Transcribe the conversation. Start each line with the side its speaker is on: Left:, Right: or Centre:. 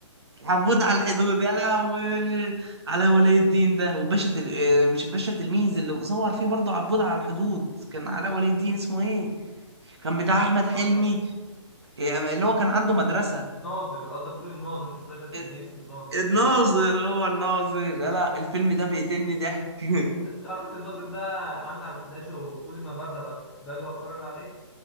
Right: عبود على
Centre: وبحب
Right: الحدود يا لهوي على ولي الدين ده وباشا تل... آه، مش الباشا تلميذ اللي صور فيه برضو عبود على الحدود كان علاء ولي الدين اسمه ايه كان بتاع احمد
Centre: كريم
Right: حلمي
Centre: عبد العزيز
Right: آه، اللي هو كان عنده مدرسة
Centre: ناظر قصدك تقول الناظر مش باشا تلميذ
Right: آه،
Centre: الناظر
Right: الناظر هو الناظر يا لا الفيلم ده بيقتلني ضحك <laughs>
Centre: انت عارف ان الناظر ده عندي على الفلاش وكل ما بزهق باجي بتفرج عليه